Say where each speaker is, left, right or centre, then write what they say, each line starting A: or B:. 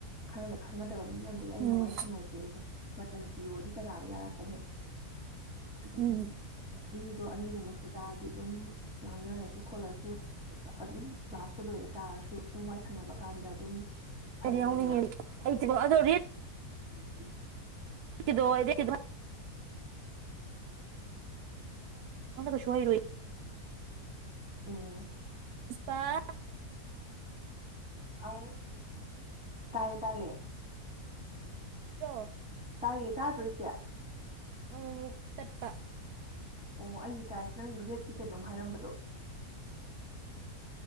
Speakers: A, in the centre; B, on the right.
A: ꯈ ꯈꯪꯅꯗꯕ ꯃꯤ ꯑꯃꯗꯨꯗꯤ ꯑꯩꯅ
B: ꯎꯝ
A: ꯋꯥꯔꯤ ꯁꯥꯟꯅꯖꯦ ꯆꯟ ꯄꯤꯌꯣꯗꯤ ꯀꯅꯥꯅ ꯌꯥꯔꯛꯀꯅꯤ ꯑꯗꯨꯗꯨꯅ
B: ꯎꯝ
A: ꯃꯤꯗꯣ ꯑꯅꯤꯒꯨꯝꯕ ꯁꯨ ꯇꯥꯔꯗꯤ ꯑꯗꯨꯝ ꯉꯥꯡꯅꯔꯁꯨ ꯈꯣꯠꯂꯁꯨ ꯑꯗꯨꯝ ꯀ꯭ꯂꯥꯁꯇꯣ ꯂꯣꯏꯔ ꯇꯥꯔꯁꯨ ꯑꯗꯨꯝ ꯋꯥ ꯁꯥꯟꯅꯕ ꯀꯥꯟꯗ ꯑꯗꯨꯝ
B: ꯀ
A: ꯁꯥꯟꯅ
B: ꯌꯥꯅꯤꯡꯉꯦ
A: ꯌꯥꯏꯗꯅ
B: ꯑꯩ ꯑꯗꯣ
A: ꯎꯝ
B: ꯀꯗꯣ ꯏꯔ ꯀꯗ ꯁꯨ ꯍꯩꯔꯣꯏꯂꯣ
A: ꯎꯝ
B: ꯄꯨꯁꯄꯥ
A: ꯍꯥꯎ ꯇꯥꯏꯌꯦ ꯇꯥꯏꯌꯦ
B: ꯄ꯭ꯔꯣ
A: ꯇꯥꯏꯌꯦ ꯇꯥꯗ꯭ꯔꯣ ꯏꯆꯦ
B: ꯑ ꯇꯠꯄ
A: ꯑꯣ ꯑꯩꯗꯤ ꯇꯥꯏ ꯅꯪ ꯔꯦꯠꯀꯤ ꯀꯩꯅꯣꯝ ꯍꯥꯏꯔꯝꯕꯗꯣ